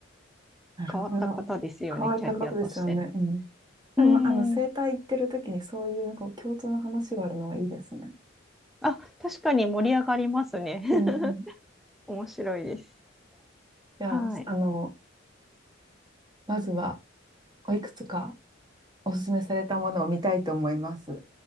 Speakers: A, on the right; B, in the centre.
A: なるほど。
B: 変わった方ですよね、
A: 変わった方ですよね。
B: キャリアとして。
A: うん。でも、
B: うん。
A: あの、整体行ってる時にそういう、こう、共通の話があるのはいいですね。
B: あ、確かに盛り上がりますね。<laughs>
A: うんうん。
B: 面白いです。
A: じゃあ、
B: はい。
A: あの、まずは、おいくつかおすすめされたものを見たいと思います。